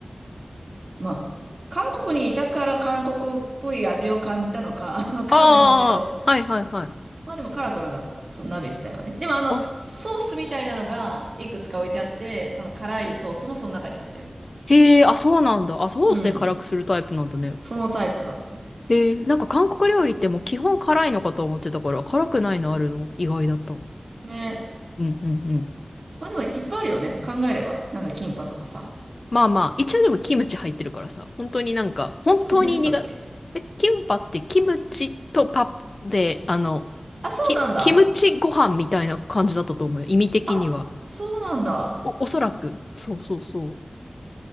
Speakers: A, on the right (about 65°); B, on the left (about 55°).
A: まあ、韓国にいたから韓国っぽい味を感じたのか、<laughs> わかんないけど、
B: ああ、はいはいはい。
A: まあでも辛くなかった。その鍋自体はね。でもあの、
B: あ、
A: ソースみたいなのがいくつか置いてあって、その辛いソースもその中にあったよ。
B: へえ、あ、そうなんだ。あ、ソースで辛くするタイプなんだね。
A: うん。そのタイプだったね。
B: へえなんか韓国料理ってもう基本辛いのかと思ってたから、辛くないのあるの意外だった。うん
A: ね。
B: うんうん。
A: まあでもいっぱいあるよね。考えれば。なんかキンパとかさ。
B: まあまあ、一応でもキムチ入ってるからさ、本当になんか、本当に苦、
A: キムチ入ってたっけ
B: え、キンパってキムチとパプで、あの、
A: あ、そうなんだ。
B: キ、キムチご飯みたいな感じだったと思うよ。意味的には。
A: あ、そうなんだ。
B: お、おそらく。そうそうそう。